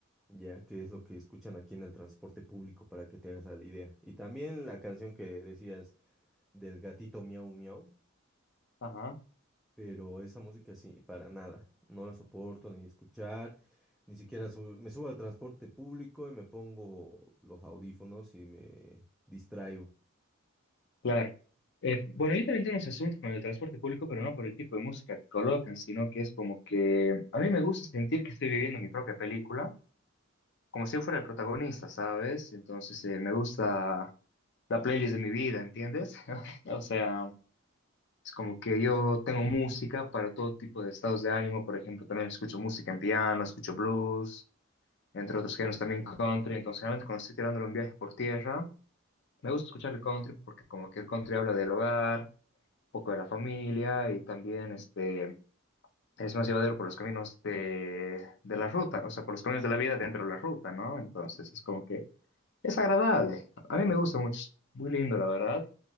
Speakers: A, in the centre; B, on the left (about 55°).
A: ya que es lo que escuchan aquí en el transporte público, para que te hagas la idea. Y también la canción que decías del gatito miau miau.
B: <laughs> ajá.
A: pero esa música sí, para nada, no la soporto ni escuchar, ni siquiera su- me subo al transporte público y me pongo los audífonos y me distraigo.
B: Claro. Eh, bueno, yo también tengo ese asunto con el transporte público, pero no por el tipo de música que colocan, sino que es como que a mí me gusta sentir que estoy viviendo mi propia película, como si yo fuera el protagonista, ¿sabes? Entonces eh, me gusta la playlist de mi vida, ¿entiendes? <laughs> O sea, es como que yo tengo música para todo tipo de estados de ánimo, por ejemplo, también escucho música en piano, escucho blues, entre otros géneros también country, entonces generalmente cuando estoy tirándole un viaje por tierra, me gusta escuchar el country porque como que el country habla del hogar poco de la familia y también este, es más llevadero por los caminos de, de la ruta, o sea, por los caminos de la vida dentro de la ruta, ¿no? Entonces es como que es agradable. A mí me gusta mucho, es muy lindo, la verdad.